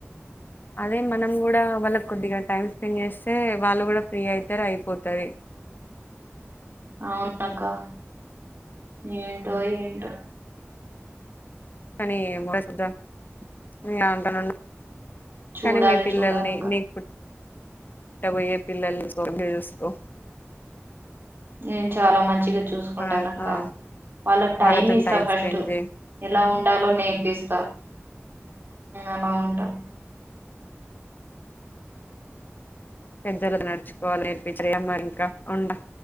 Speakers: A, on the left; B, on the right.
A: అదే మనం కూడా వాళ్ళకి కొద్దిగా టైమ్ స్పెండ్ చేస్తే వాళ్ళు కూడా ఫ్రీ అయితారు అయిపోతారు
B: అవునాకా ఏంటో ఏంటో
A: కానీ <unintelligible> ఇలా అంటన్నాను
B: చూడాలి
A: కానీ మీ పిల్లల్ని
B: చూడాలక్క
A: నీకు పుట్ట పోయే పిల్లలు సరిగ్గా చూసుకో
B: నేను చాలా మంచి చూసుకుంటానక్క
A: ఆ
B: వాళ్ళకి టైమ్
A: వాళ్ళతోని
B: ఇస్తా
A: టైం
B: ఫస్ట్
A: స్పెండ్ చేయి
B: ఎలా ఉండాలో నేర్పిస్త అలా ఉంటాం
A: పెద్దలు నడుచుకోవాలి నేర్పిజయ అమ్మ ఇంకా ఉండ